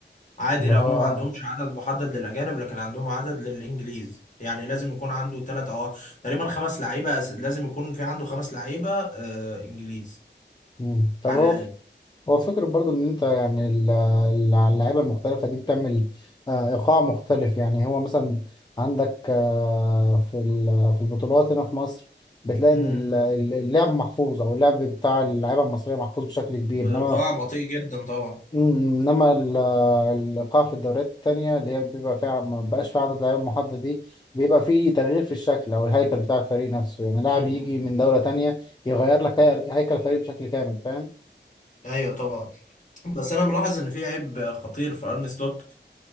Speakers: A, on the left; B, on the left.
A: عادي
B: اللي
A: لا
B: هو
A: هم
B: آه.
A: ما عندهمش عدد محدد للاجانب لكن عندهم عدد للانجليز يعني لازم يكون عنده ثلاث او تقريبا خمس لعيبة أس- لازم يكون في عنده خمس لعيبة آه، انجليز
B: مم. طب
A: على
B: هو
A: الاقل
B: هو فكرة برضو ان انت يعني ال- ال- اللعيبة المختلفة دي بتعمل آه، ايقاع مختلف يعني هو مثلا عندك آه، في ال- في البطولات هنا في مصر بتلاقي ان
A: امم
B: ال- ال- اللعب محفوظ او اللعب بتاع اللعيبة المصرية محفوظ بشكل كبير
A: وقاع
B: انما
A: بطيء جدا طبعا
B: مم، انما ال- الايقاع في الدوريات التانية اللي هي بيبقى فيها ما بقاش فيها عدد لعيبة محدد دي بيبقى فيه تغيير في الشكل او الهيكل بتاع الفريق نفسه يعني لاعب
A: امم
B: يجي من دولة تانية يغير لك هي- هيكل الفريق بشكل كامل فاهم؟
A: ايوه طبعا بس انا ملاحظ ان في عيب خطير في ارن سلوت